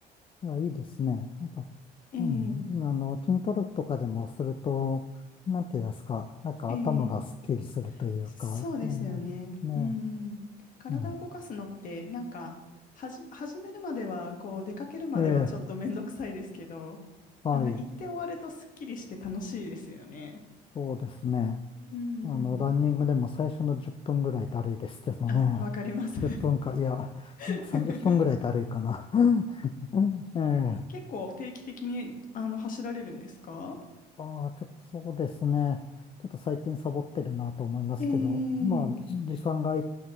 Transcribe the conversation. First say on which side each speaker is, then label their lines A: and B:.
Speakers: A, on the left; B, on the left.
A: いや、いいですね。やっぱ、
B: ええ
A: うん、あの、筋トレとかでもすると、なんて言いますか、なんか頭がすっきりするというか、
B: ええそうですよね。
A: うん、ね、
B: うん。体を動かすのって、
A: う
B: なんか、はじ、始めるまでは、こう、出かけるまではちょっとめんどくさいですけど、
A: んええ、はい、
B: あの、行って終わるとすっきりして楽しいですよね。
A: そうですね。
B: うん。
A: あの、ランニングでも最初の10分ぐらいだるいですけどね。
B: あ、わかります。
A: 10分か、いや、
B: <laughs>
A: 30分ぐらいだるいかな。<laughs> ええ、
B: 結構定期的にあの走られるんですか
A: ああ、ちょっとそうですね。ちょっと最近サボってるなと思いますけど、
B: ええ
A: まあ、時間が空い